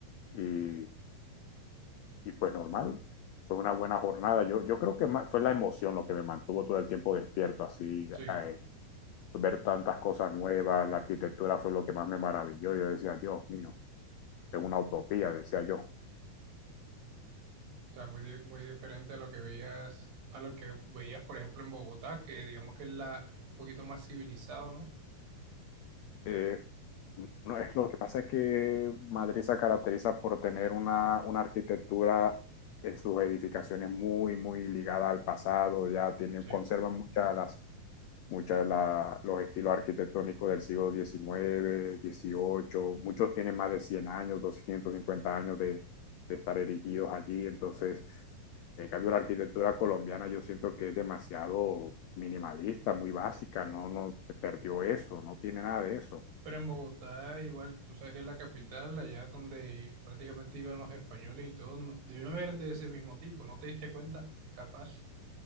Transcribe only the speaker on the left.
Y, y pues normal, fue una buena jornada. Yo, yo creo que ma- fue la emoción lo que me mantuvo todo el tiempo despierto, así,
eh, ver tantas cosas nuevas, la arquitectura fue lo que más me maravilló. Yo decía, Dios mío, es una utopía, decía yo.
Eh, No, es lo que pasa es que Madrid se caracteriza por tener una, una arquitectura en sus edificaciones muy, muy ligada al pasado, ya tiene,
conservan muchas de las, muchas de la- los estilos arquitectónicos del siglo diecinueve dieciocho muchos tienen más de 100 años, 250 años de, de estar erigidos allí, entonces, en cambio, la arquitectura colombiana yo siento que es demasiado minimalista, muy básica, no, no perdió eso, no tiene nada de eso.